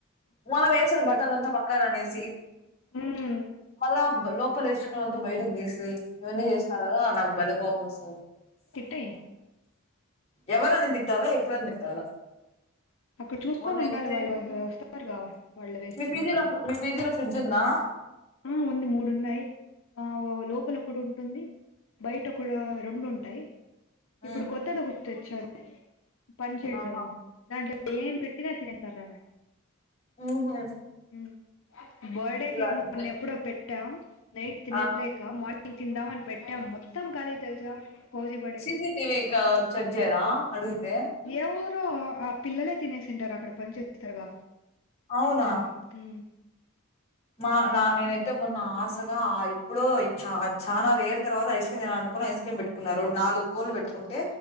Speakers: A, on the left; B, on the left.
A: మనం ఏసినా బట్టల అంతా పక్కన అనేసి
B: మ్మ్
A: మల్ లోపల్ ఎసినవంత బయటికి తీస్ ఇవన్నీ చేస్తారు కదా నాకు బలే కోపం వోస్
B: తిట్టేయ్
A: ఎవరని తిట్టాలా ఎప్పుడనీ తిట్టాలా
B: అక్కడ చూసుకోని
A: మొన్న
B: ఉండాలి
A: అయితే
B: వాళ్ళు వాల్ వస్త <unintelligible> వాళ్ళు వేసుకునేవాళ్ళు
A: మీ పీజీలో మీ పీజీలో ఫ్రిడ్జ్ ఉందా
B: ఆ ఉంది మూడు ఉన్నాయి ఆ ఓ లోపల ఒకటి ఉంటుంది బయట కూడా రెండు ఉంటాయి
A: ఉమ్,
B: ఇప్పుడు కొత్తది ఒకటి తెచ్చారు పని చేయట్లేదంటా
A: ఆహా
B: దాంట్లో ఏం పెట్టినా తినేస్తారు రా నాయన
A: ఓహో
B: ఉమ్ బర్డే కేక్
A: అంతే
B: మొన్న ఎప్పుడో పెట్ ట్టాం నైట్ తినలేక
A: ఆ
B: మర్ నేను తిందాం అను పెట్ట మొత్తం కాలి తెలుసా ఫౌజీ బడకి
A: సీసీటీవీ చెక్ చేయరా అడిగితే
B: ఎవరు ఆ పిల్లలే తినేసింటారు. అక్కడ పని చేస్తారుగా
A: అవును
B: చెన్వా ఉ
A: మా నా నేనైతే మొన్న ఆశగా ఎప్పుడో చ చాలా రేరు తర్వాత ఐస్ క్రీమ్ తినాల అనుకుని ఐస్ క్రీమ్ పెట్టుకున్నారు నాలుగు కోన్లు పెట్టుకుంటే